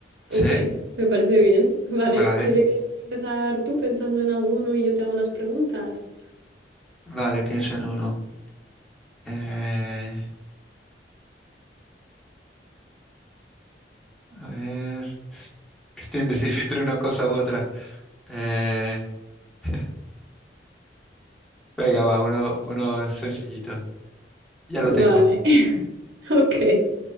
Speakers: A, on the right; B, in the centre.
A: ok,
B: Sí.
A: me parece bien. <laughs> Vale,
B: Vale.
A: ¿quieres empezar tú pensando en alguno y yo te hago las preguntas?
B: Vale, pienso en uno. Eh, a ver. Que estoy indeciso <laughs> entre una cosa u otra. Eh, <laughs> venga, va, uno, uno sencillito. Ya
A: Vale,
B: lo tengo.
A: <laughs> ok.